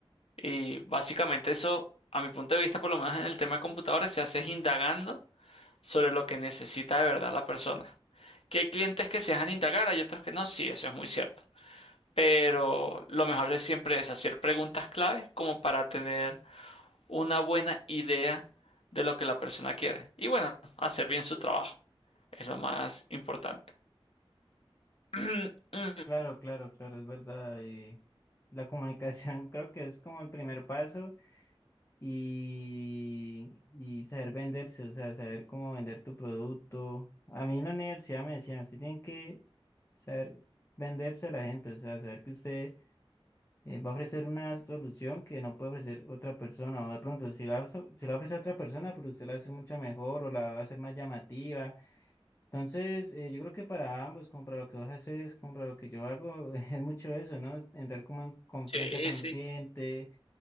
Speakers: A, on the left (about 80°); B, on the left (about 30°).
A: Y básicamente eso, a mi punto de vista, por lo menos en el tema de computadores, se hace es indagando sobre lo que necesita de verdad la persona. Que hay clientes que se dejan indagar, hay otros que no, sí, eso es muy cierto. Pero lo mejor es siempre es hacer preguntas clave como para tener una buena idea de lo que la persona quiere. Y bueno, hacer bien su trabajo es lo más importante. <clears throat>
B: Claro, claro, claro, es verdad. eh, la comunicación <laughs> creo que es como el primer paso y, y saber venderse, o sea, saber cómo vender tu producto. A mí en la universidad me decían, usted tiene que saber venderse a la gente, o sea, saber que usted eh, va a ofrecer una solución que no puede ofrecer otra persona, o de pronto si la, so- si la ofrece a otra persona, pero usted la va a hacer mucho mejor o la va a hacer más llamativa. Entonces, eh, yo creo que para ambos, como para lo que vos haces, como para lo que yo hago, <laughs> es mucho eso, ¿no? Es Entrar como en confianza
A: Sí,
B: con el
A: sí.
B: cliente,